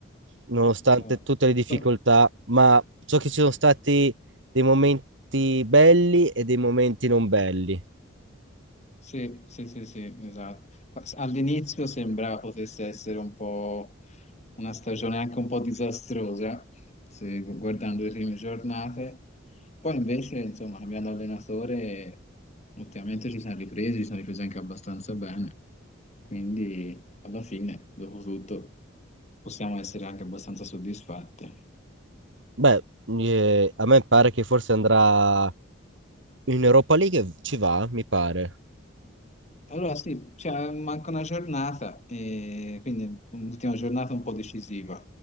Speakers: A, on the right; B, on the left.
A: nonostante
B: Esatto.
A: tutte le difficoltà. Ma so che ci sono stati dei momenti belli e dei momenti non belli.
B: Sì, sì, sì, sì, esatto. All'inizio sembrava potesse essere un po' una stagione anche un po' disastrosa, se- guardando le prime giornate. Poi invece, insomma, cambiando allenatore, ultimamente ci siamo ripresi, ci siamo ripresi anche abbastanza bene. Quindi, alla fine, dopo tutto, possiamo essere anche abbastanza soddisfatti.
A: Beh, eh, a me pare che forse andrà in Europa League, ci va, mi pare.
B: Allora sì, cioè, manca una giornata, e quindi un'ultima giornata un po' decisiva.